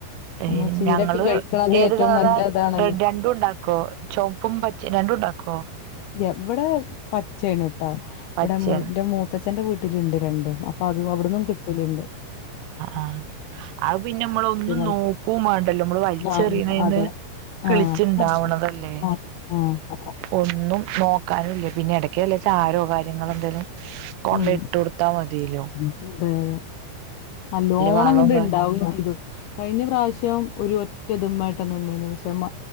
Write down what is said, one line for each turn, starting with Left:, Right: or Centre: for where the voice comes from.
Right: തേയ്
Left: നമ്മ ചീരൊക്കെ
Right: ഞങ്ങള്
Left: കഴിക്കണത്
Right: ഏത്
Left: ഏറ്റവും
Right: കളറാ
Left: നല്ല ഇതാണല്ലോ
Right: രണ്ടുണ്ടാക്വോ ചോപ്പും പച്ചെ രണ്ടുണ്ടാക്കോ
Left: ഇവെടെ പച്ചെആണ് ട്ടൊ ഇവിടെ
Right: പച്ചയാണ്
Left: മൂൻറ്റംമൂത്ത ചേ ട്ടന്റെ വീട്ടിലുണ്ട് രണ്ടുപാ പ്പഅതും അവിടുന്നും കിട്ടല്ണ്ട്
Right: ആ അത് പിന്നെ മ്മളൊന്നു നോക്കൂം
Left: ആൾക്കാ
Right: വേണ്ടല്ലോ മ്മ്ള് വലിച്ചെറിയണീന്ന്
Left: ആ അതെ
Right: കളിച്ചുണ്ടാവണതല്ലേ
Left: ആഹ് ആഹ് ആഹ്
Right: ഒന്ന് ഒന്നും നോക്കാനൂല്ല്യാ പിന്നെ എടയ്ക്ക് വല്ല ചാരോ കാര്യങ്ങളെന്തേലും കൊണ്ടെ
Left: ഉം
Right: ഇട്ടു കൊടുത്താ മതീല്ലോ
Left: അതെ അതെ നല്ലോണം
Right: വളവും
Left: അങ്ങട്ടിണ്ടാവുനി
Right: കാ
Left: ഇതും കഴിഞ്ഞ പ്രാവശ്യം ഒരു ഒറ്റ ഇതുമ്മായിട്ടാ നിന്നെന് പക്ഷെ മ്മ